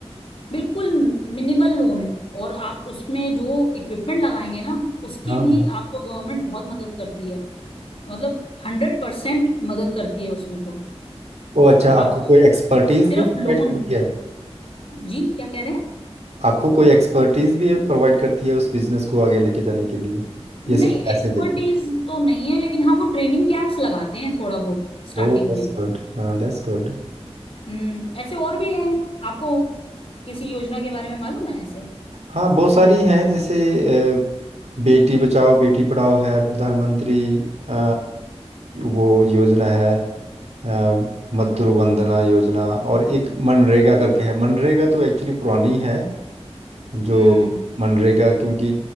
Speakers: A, on the left (about 60°); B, on the right (about 80°).
A: बिल्कुल मिनिमल लोन है और आप उसमें जो इक्विपमेंट लगाएंगे ना उसकी
B: हाँ
A: भी
B: हाँ
A: आपको गवर्नमेंट बहुत मदद करती है मतलब हंड्रेड परसेंट मदद करती है उसमें तो
B: ओ अच्छा
A: आप
B: आपको कोई एक्सपर्टीज
A: सिर्फ
B: भी प्रोवाइड
A: लोन
B: करती है
A: जी क्या कह रहे हैं
B: आपको कोई एक्सपर्टीज भी प्रोवाइड करती है उस बिजनेस को आगे लेके जाने के लिए ये
A: नहीं
B: सिर्फ पैसे
A: एक्सपर्टीज
B: देती
A: तो नहीं है लेकिन हाँ वो ट्रेनिंग कैंप्स लगाते हैं थोड़ा बहुत स्टार्टिंग
B: है ओ दैट्स
A: में
B: गुड हाँ दैट्स गुड
A: हम्म ऐसे और भी है आपको किसी योजना के बारे में मालूम है ऐसे
B: हाँ बहुत सारी हैं जैसे अ, बेटी बचाओ बेटी पढ़ाओ है प्रधानमंत्री अ, वो योजना है अ, मातृ वंदना योजना और एक मनरेगा करके है मनरेगा तो एक्चुअली पुरानी है जो
A: हम्म
B: मनरेगा क्योंकि